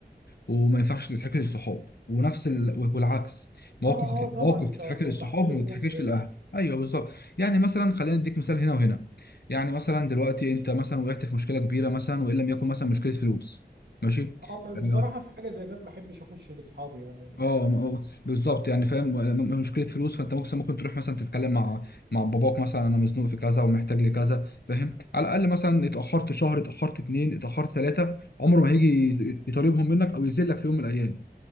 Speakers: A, on the left (about 70°); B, on the right (about 80°).
A: وما ينفعش تتحكي للصحاب ونفس ال... والعكس مواقف
B: اه اه طبعا
A: مواقف
B: انت
A: تتحكي
B: وضحت
A: للصحاب
B: لي
A: ما
B: النقطه
A: تتحكيش
B: دي
A: للاهل ايوه بالظبط يعني مثلا خلينا نديك مثال هنا وهنا يعني مثلا دلوقتي انت مثلا وقعت في مشكله كبيره مثلا وان لم يكن مثلا مشكله فلوس ماشي
B: اه بصراحه
A: اه
B: في حاجه زي ديت ما احبش اخش لاصحابي يعني
A: آه، آه، بالظبط يعني فاهم م- م- مشكله فلوس فانت ممكن ممكن تروح مثلا تتكلم مع مع باباك مثلا انا مزنوق في كذا ومحتاج لكذا فاهم على الاقل مثلا اتاخرت شهر اتاخرت اتنين اتاخرت ثلاثه عمره ما هيجي يطالبهم منك او يذلك في يوم من الايام